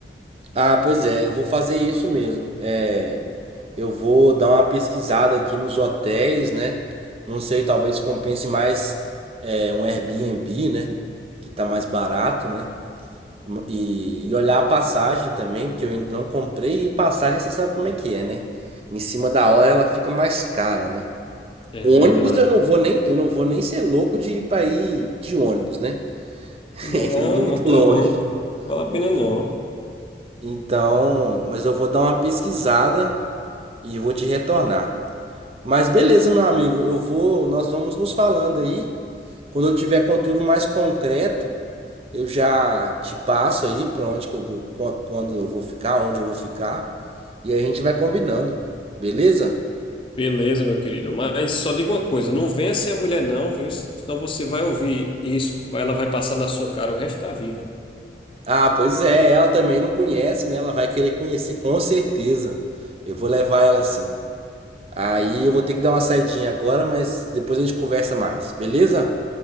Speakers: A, on the right (about 35°); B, on the left (about 30°).
A: Ah, pois é, eu vou fazer isso mesmo. É, eu vou dar uma pesquisada aqui nos hotéis, né? Não sei, talvez compense mais é, um Airbnb, né? Que tá mais barato, né? E, e olhar a passagem também, porque eu ainda não comprei, e passagem você sabe como é que é, né? Em cima da hora ela fica mais cara, né?
B: É
A: O
B: verdade.
A: ônibus eu não vou nem, eu não vou nem ser louco de ir para aí de ônibus, né? <laughs>
B: Não,
A: É muito
B: não, tu
A: longe,
B: é louco. Vale
A: é
B: a pena
A: muito.
B: não.
A: Então, mas eu vou dar uma pesquisada e vou te retornar. Mas beleza, meu amigo, eu vou, nós vamos nos falando aí. Quando eu tiver com tudo mais concreto, Eu já te passo aí para onde que eu vou, qu- quando eu vou ficar, onde eu vou ficar, e aí a gente vai combinando, beleza?
B: Beleza, meu querido. Mas só digo uma coisa, não venha ser a mulher não, viu? Senão você vai ouvir isso, ela vai passar na sua cara o resto da vida.
A: Ah, pois é, ela também não conhece, né? Ela vai querer conhecer, com certeza. Eu vou levar ela sim. Aí eu vou ter que dar uma saidinha agora, mas depois a gente conversa mais, beleza?